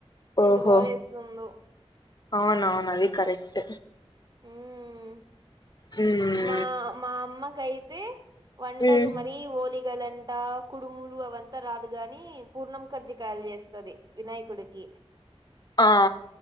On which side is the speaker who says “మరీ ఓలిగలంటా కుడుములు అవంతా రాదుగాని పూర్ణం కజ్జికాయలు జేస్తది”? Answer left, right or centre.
Right